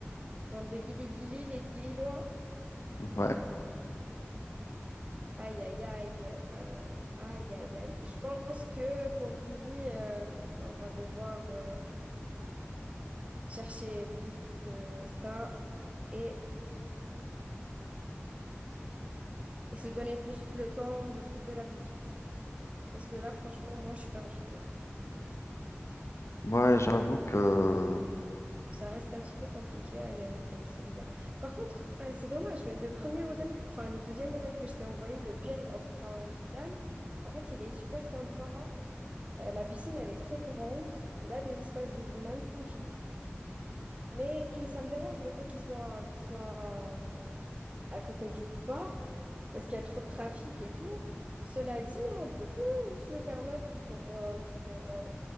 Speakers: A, on the right; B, on the left.
A: Ils font des guilis guilis les guililois.
B: Ouais.
A: Aïe, aïe, aïe. euh, aïe, aïe, aïe. Je pense que pour guili, euh, on va devoir euh, chercher plus que ça et, et se donner plus le temps de trouver la pépite. Parce que là, franchement, moi, je suis perdue.
B: Ouais, j'avoue que
A: Ça reste un petit peu compliqué à gérer celui-là. Par contre, euh, c'est dommage. mais Le premier hôtel, que- enfin, le deuxième hôtel que je t'ai envoyé, le Pearl of Trawangan, en fait, il est super sympa. Euh, la piscine, elle est très grande. Il a des espaces de vie magnifiques. Mais ça me dérange le fait qu'il soit, qu'il soit à côté du port, parce qu'il y a trop de trafic et tout. Cela dit, on peut se le permettre pour, euh, pour euh,